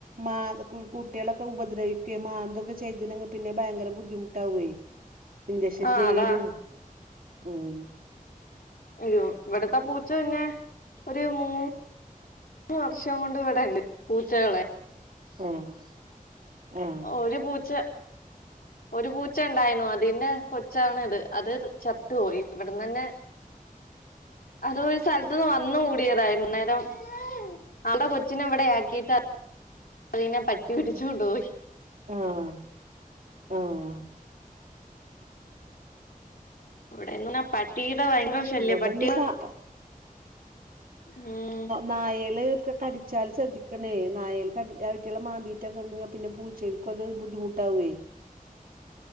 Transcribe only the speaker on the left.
ആഹ്
അതാ
അയ്യോ ഇവിടത്തെ പൂച്ച തന്നെ ഒരു മൂ ന്ന് വർഷം കൊണ്ട് ഇവിടേണ്ട്. പൂച്ചകളെ
ഒരു പൂച്ച ഒരു പൂച്ച ഇണ്ടായിണോ അതിന്റെ കൊച്ചാണ് ഇത്. അത് ചത്തു പോയി ഇവിടന്നന്നെ അതൊരു സ്ഥലത്തൂന്ന് വന്നു കൂടിയതാ വൈകുന്നേരം. ആൾടെ കൊച്ചിനെ ഇവിടെയാക്കിട്ട അതിനെ പട്ടി പിടിച്ചോണ്ട് പോയി.
ഇവിടെ ഇങ്ങനെ പട്ട് ട്ടീടെ ഭയങ്കര ശല്ല്യ
പട്ടി ഇപ്പ.
ഉം